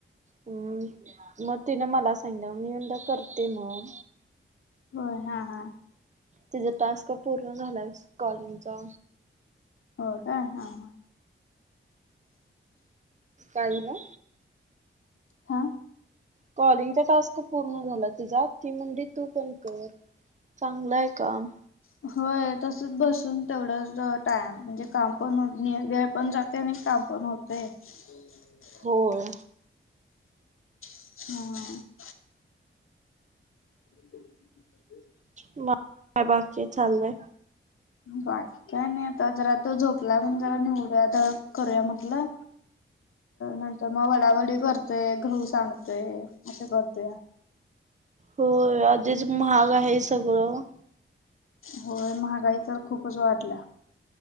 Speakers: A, on the right; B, on the left.
A: हम मग तिन मला सांगीतलीया मी म्हणलं करते म.
B: होय हा हा.
A: तिच टास्क पूर्ण झालाय कॉलिंगचा.
B: होय काय हा हा.
A: काय झालं?
B: हा.
A: कॉलिंगचा टास्क पूर्ण झालाय तिजा ती म्हणली तू पण कर. चांगलंय काम.
B: व्हय तसच बसून तेवढंच अ टाइंम म्हणजे काम पण हो नी वेळ पण जातय आणि काम पण होतय. <inaudible>
A: होय.
B: हा. <unintelligible>
A: म काय बाकी चाललंय.
B: बाकी काही नाही आता जरा तो झोपला. जरा निवडूया दळप करूया म्हटलं नंतर मग वडावडी कर. ते गहू सांडतोय अस करतोया.
A: होय आधीच महाग आहे सगळं.
B: होय महागाई तर खूपच वाढल्या.